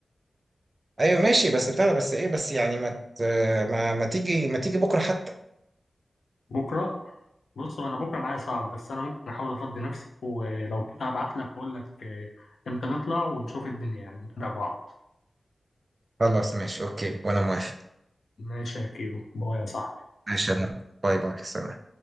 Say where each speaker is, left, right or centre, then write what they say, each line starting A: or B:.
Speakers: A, on the right; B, on the left.
A: ايوه ماشي بس بتاع ده، بس ايه بس يعني ما ت- ما ما تيجي ما تيجي بكره حتى
B: بكره بص هو انا بكره معايا صعب بس انا ممكن احاول افضي نفسي ولو كده هبعت لك اقول لك آه، امتى نطلع ونشوف الدنيا يعني نتابع بعض
A: خلاص ماشي اوكي وانا موافق
B: ماشي يا كيرو باي يا صاحبي
A: ماشي يا مروة. باي باي سلام